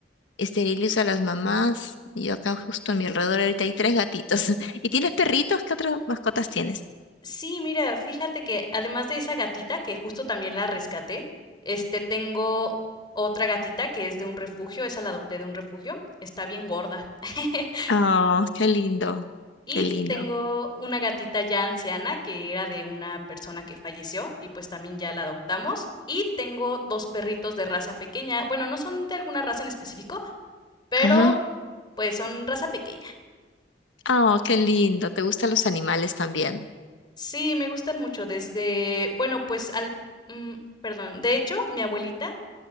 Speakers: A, on the left (about 85°); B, on the left (about 25°).
A: esterilizo a las mamás, y yo acá justo a mi alrededor ahorita hay tres gatitos. <laughs> ¿Y tienes perritos? ¿Qué otras mascotas tienes?
B: Sí, mira, fíjate que además de esa gatita, que justo también la rescaté, este, tengo otra gatita que es de un refugio, esa la adopté de un refugio, está bien gorda. <laughs>
A: Oh, qué lindo,
B: Y
A: qué lindo.
B: tengo una gatita ya anciana que era de una persona que falleció y pues también ya la adoptamos. Y tengo dos perritos de raza pequeña, bueno, no son de alguna raza en específico, pero
A: Ajá.
B: pues son raza pequeña.
A: Oh, qué lindo. ¿Te gustan los animales también?
B: Sí, me gustan mucho desde, bueno, pues al, mm, perdón, de hecho, mi abuelita...